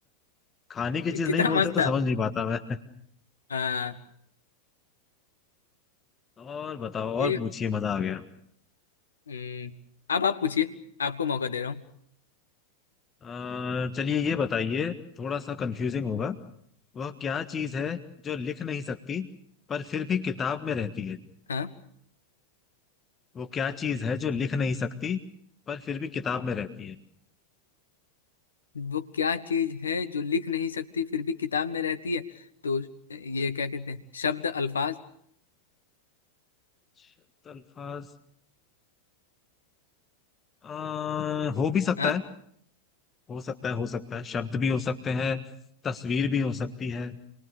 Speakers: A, on the left (about 20°); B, on the left (about 70°).
A: खाने की चीज
B: कितना
A: नहीं बोलते
B: मस्त
A: तो
B: था
A: समझ नहीं पाता मैं
B: हाँ
A: और बताओ और
B: ये
A: पूछिए मजा आ गया
B: हम्म, अब आप पूछिए आपको मौका दे रहा हूँ
A: अ, चलिए ये बताइए थोड़ा सा कंफ्यूजिंग होगा वह क्या चीज है जो लिख नहीं सकती पर फिर भी किताब में रहती है
B: हाँ
A: वो क्या चीज है जो लिख नहीं सकती पर फिर भी किताब में रहती है
B: वो क्या चीज है जो लिख नहीं सकती फिर भी किताब में रहती है तो ये क्या कहते हैं शब्द अल्फाज
A: शब्द अल्फाज अ, हो भी सकता
B: हाँ
A: है हो सकता है हो सकता है शब्द भी हो सकते हैं तस्वीर भी हो सकती है